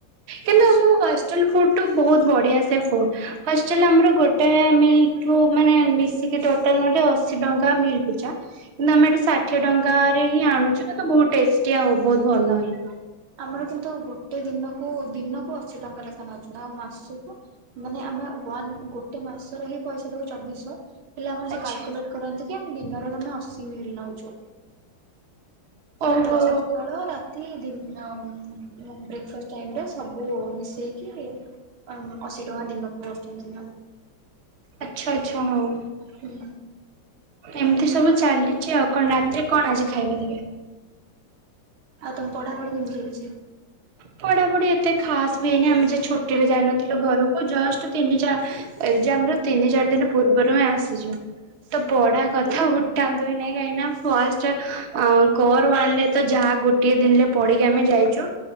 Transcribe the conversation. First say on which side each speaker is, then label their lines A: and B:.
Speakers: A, on the right; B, on the right.
A: କିନ୍ତୁ
B: ଆଚ୍ଛା।
A: ଆମହଷ୍ଟେଲ ଚାଲ୍ <unintelligible> ବହୁତ ବଢିଆସେ ଫୁଟ। ହଷ୍ଟେଲ ଆମର ଗୋଟାଏ ମିଲ୍ କୁ ମାନେ ମିଶିକି ଟୋଟାଲ ନହଲେ ଅଶୀ ଟଙ୍କା ମିଲ୍ ପିଛା। <unintelligible> ଷାଠିଏ ଟଙ୍କାରେ ହିଁ ଆଣୁଛୁ। ବହୁତ ଟେଷ୍ଟି ଆଉ ବହୁତ ଭଲ ହେଇ
B: ଆମର କିନ୍ତୁ ଗୋଟେ ଦିନକୁ ଦିନକୁ ଅଶୀ ଟଙ୍କା ଲେଖା ନେଉଛନ୍ତି ଆଉ ମାସକୁ ମାନେ ଆମେ ହୁଆନ ଗୋଟେ ମାସରେ ହିଁ ପଇସା ଦଉ ଚବିଶହ। ହେଲେ ଆମର
A: ଆଚ୍ଛା
B: ସେ କାଲକୁଲେଟ କରନ୍ତି କି ଆମେ ଦିନରେ ତମେ ଅଶୀ ମିଳି ନଉଚ।
A: ଓହୋ
B: ଟୋଟାଲ ସକାଳ ରାତି ଦିନ। <unintelligible> ବ୍ରେକ୍ଫାଷ୍ଟ ଟାଇମ୍ ଟା ସବୁ ମିଶେଇକି ଅମ୍ ଅଶୀ ଟଙ୍କା ଦିନକୁ <unintelligible>
A: ଆଛା ଆଛା ହଉ
B: ହୁଁ
A: ଏମିତି ସବୁ ଚାଲି ଚି ଅଉ କଣ ରାତିରେ କଣ ଆଜି ଖାଇବା ଦେବେ।
B: ଆଉ ତମ ପଢା ପଢି କେମିତି ଚାଲିଚି।
A: ପଢାପଢି ଏତେ ଖାସ ବି ହେଇନି ଆମେ ଯଉ ଛୁଟିରେ ଯାଇନଥିଲୁ ଘରକୁ ଜଷ୍ଟ ତିନି ଚା ଏକଜାମ୍ ରେ ତିନି ଚାରି ଦିନ ପୂର୍ବରୁ ହିଁ ଆସିଚୁ। ତ ପଢା କଥା ଉଠାନ୍ତୁ ହିଁ ନାଇଁ କାହିଁକି ନା ଫାଷ୍ଟ କରୱାନଲେ ତ ଯାହା ଗୋଟିଏ ଦିନରେ ପଢିକି ଆମେ ଯାଇଚୁ